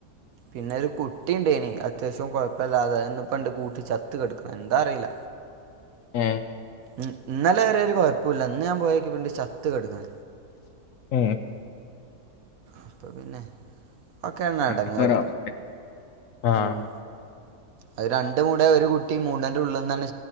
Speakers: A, on the right; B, on the left.
A: പിന്നെ ഒരു കുട്ടി ഉണ്ടേനി അത്യാവശ്യം കൊഴപ്പല്ലാതെ. ഇപ്പണ്ട് കൂട്ടി ചത്ത് കട്ക്ക്ണ് എന്താ അറീല.
B: ങേ,
A: ഇന്നലെ വരേ ഒരു കൊയപ്പഇല്ല. ഇന്ന് ഞാൻ പോയോക്യപ്പൻട് ചത്ത് കട്ക്ക്ണ്.
B: ഉം.
A: അപ്പൊ പിന്നെ. ഒക്കെയണ്
B: അങ്ങനത്തെ
A: എടങ്ങേറ്.
B: ഒരവസ്ഥ ആ
A: ഉം.. അഹ് രണ്ട്. അയിന്റെ കൂടെ ഒരു കുട്ടി മുടന്റെ ഉള്ള്ന്നെന്നെ